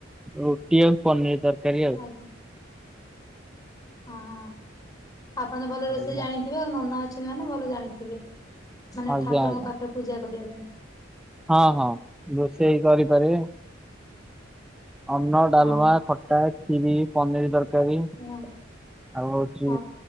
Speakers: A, in the centre; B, on the left.
A: ରୁଟି ଆଉ ପନିର୍ ତରକାରୀ। ଆଉ।
B: <inaudible> ଓହୋ ଆପଣ ତ ଭଲ ରୋଷେଇ
A: ଆଉ ନା-
B: ଜାଣିଥିବେ ଆଉ ନନା ଅଛନ୍ତି ମାନେ ଭଲ ଜାଣିଥିବେ। ମାନେ
A: ଆଜ୍ଞା
B: ଠାକୁରଙ୍କ
A: ଆଜ୍ଞା
B: ପାଖରେ ପୂଜା କରିବା ପାଇଁ।
A: ହଁ ହଁ ରୋଷେଇ କରିପାରିବେ। ଅନ୍ନ ଡାଲୁମା
B: ହଁ
A: ଖଟା ଖିର ପନିର ତରକାରି।
B: ହଁ
A: ଆଉ ହଉଛି
B: ହଁ